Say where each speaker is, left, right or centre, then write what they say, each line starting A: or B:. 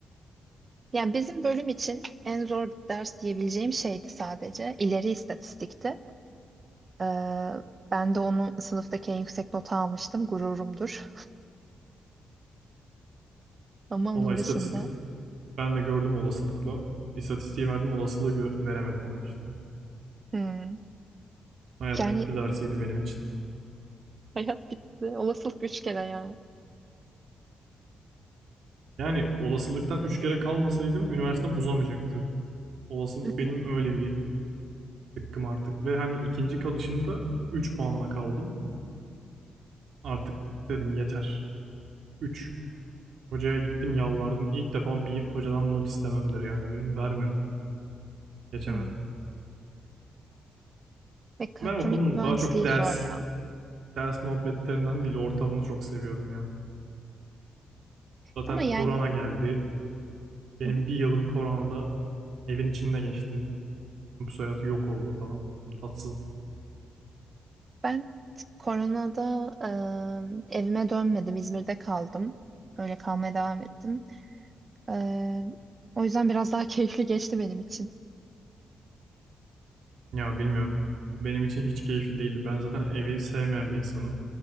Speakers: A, on the right (about 30°); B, on the right (about 65°).
A: Yani bizim bölüm için en zor ders diyebileceğim şeydi sadece. İleri istatistikti. Ee, ben de onu sınıftaki en yüksek nota almıştım. Gururumdur. <laughs> Ama onun
B: Valla istatistik
A: dışında
B: ben de gördüm olasılıkla. İstatistiği verdim olasılığı gö- veremedim ama işte.
A: hmm,
B: Hayat
A: yani
B: bitti dersiydi benim için.
A: hayat bitti. Olasılık üç kere ya.
B: Yani olasılıktan 3 kere kalmasaydım üniversitem uzamayacaktı. Olasılık
A: Hı
B: benim
A: hı. <laughs>
B: öyle bir sıkkım artık. Ve hani ikinci kalışımda 3 puanla kaldım. Artık dedim yeter. 3. Hocaya gittim yalvardım. İlk defa bir hocadan not istememdir yani benim. Vermedi. Geçemedim.
A: Hmm. Mekatronik
B: Ben okulun
A: mühendisliği
B: daha çok ders,
A: zor ya.
B: ders muhabbetlerinden değil ortamını çok seviyordum ya. Zaten
A: Ama yani
B: korona geldi. Benim
A: hı hı.
B: bir yılım koronada evin içinde geçti. Kampüs hayatı yok oldu falan. Tatsızdı.
A: ben t- koronada e, evime dönmedim. İzmir'de kaldım. Öyle kalmaya devam ettim. Ee, o yüzden biraz daha <laughs> keyifli geçti benim için.
B: Ya bilmiyorum. Benim için hiç keyifli değildi. Ben zaten evi sevmeyen bir insanım.